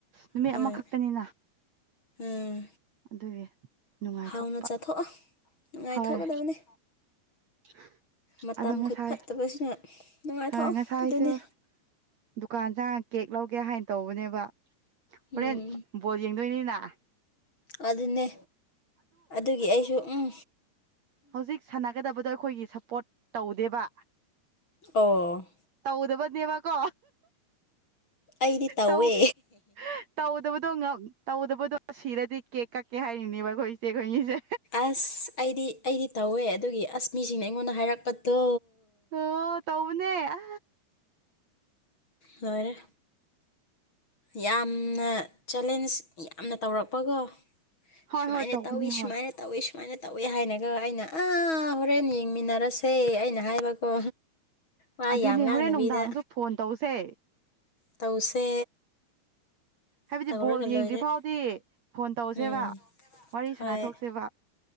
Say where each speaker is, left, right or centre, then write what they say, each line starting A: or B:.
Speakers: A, on the right; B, on the left.
A: ꯅꯨꯃꯤꯠ
B: ꯍꯣꯏ
A: ꯑꯃꯈꯛ ꯇꯅꯤꯅ
B: ꯎꯝ
A: ꯑꯗꯨꯒꯤ ꯅꯨꯡꯉꯥꯏꯊꯣꯛꯄ
B: ꯍꯥꯎꯅ ꯆꯥꯊꯣꯛꯑꯣ ꯅꯨꯡꯉꯥꯏꯊꯣꯛꯀꯗꯕꯅꯤ
A: ꯍꯣꯏ <inaudible>
B: ꯃꯇꯝ
A: ꯑꯗꯣ ꯉꯁꯥꯏ
B: ꯈꯨ ꯐꯠꯇꯕꯁꯤꯅ ꯅꯨꯡꯉꯥꯏꯊꯣꯛꯑꯣ
A: ꯍꯣꯏ ꯉꯁꯥꯏꯁꯨ
B: ꯑꯗꯨꯅꯤ
A: ꯗꯨꯀꯥꯟ ꯆꯥꯡꯉ ꯀꯦꯛ ꯂꯧꯒꯦ ꯍꯥꯏꯅ ꯇꯧꯕꯅꯦꯕ ꯍꯣꯔꯦꯟ
B: ꯎꯝ
A: ꯕꯣꯜ ꯌꯦꯡꯗꯣꯏꯅꯤꯅ
B: ꯑꯗꯨꯅꯦ ꯑꯗꯨꯒꯤ ꯑꯩꯁꯨ ꯎꯝ
A: ꯍꯧꯖꯤꯛ ꯁꯥꯟꯅꯒꯗꯕꯗꯣ ꯑꯩꯈꯣꯏꯒꯤ ꯁꯞꯄꯣꯔꯠ ꯇꯧꯗꯦꯕ
B: ꯑꯣ
A: ꯇꯧꯗꯕꯅꯦꯕꯀꯣ
B: ꯑꯩꯗꯤ ꯇꯧꯋꯦ
A: ꯇꯧ ꯇꯧꯗꯕꯗꯣ ꯉꯝ ꯇꯧꯗꯕꯗꯣ ꯁꯤꯔꯗꯤ ꯀꯦꯛ ꯀꯛꯀꯦ ꯍꯥꯏꯔꯤꯅꯦꯕ ꯑꯩꯈꯣꯏ ꯏꯆꯦ ꯈꯣꯏꯅꯤꯁꯦ
B: ꯑꯁ ꯑꯩꯗꯤ ꯑꯩꯗꯤ ꯇꯧꯋꯦ ꯑꯗꯨꯒꯤ ꯑꯁ ꯃꯤꯁꯤꯡꯅ ꯑꯩꯉꯣꯟꯗ ꯍꯥꯏꯔꯛꯄꯗꯣ
A: ꯑꯣ ꯇꯧꯕꯅꯦ ꯑ
B: ꯂꯣꯏꯔꯦ ꯌꯥꯝꯅ ꯆꯦꯂꯦꯟꯖ ꯌꯥꯝꯅ ꯇꯧꯔꯛꯄꯒꯣ
A: ꯍꯣꯏ
B: ꯁꯨꯃꯥꯏꯅ
A: ꯍꯣꯏ ꯇꯧꯕꯅꯦ
B: ꯇꯧꯏ ꯁꯨꯃꯥꯏꯅ
A: ꯍꯣꯏ
B: ꯇꯧꯏ ꯁꯨꯃꯥꯏꯅ ꯇꯧꯏ ꯍꯥꯏꯅꯀꯣ ꯑꯩꯅ ꯑꯥ ꯍꯣꯔꯦꯟ ꯌꯦꯡꯃꯤꯟꯅꯔꯁꯦ ꯑꯩꯅ ꯍꯥꯏꯕꯀꯣ ꯋꯥ
A: ꯑꯗꯨꯅꯦ
B: ꯌꯥꯝ ꯉꯥꯡꯗꯕꯤꯗ
A: ꯍꯣꯔꯦꯟ ꯅꯨꯡꯗꯥꯡꯁꯨ ꯐꯣꯟ ꯇꯧꯁꯦ
B: ꯇꯧꯁꯦ
A: ꯍꯥꯏꯕꯗꯤ
B: ꯇꯧꯔꯒ
A: ꯕꯣꯜ ꯌꯦꯡꯗ꯭ꯔꯤ
B: ꯂꯣꯏꯔꯦ
A: ꯐꯥꯎꯗꯤ ꯐꯣꯟ ꯇꯧꯁꯦꯕ
B: ꯎꯝ
A: ꯋꯥꯔꯤ
B: ꯍꯣꯏ
A: ꯁꯥꯟꯅ ꯊꯣꯛꯁꯦꯕ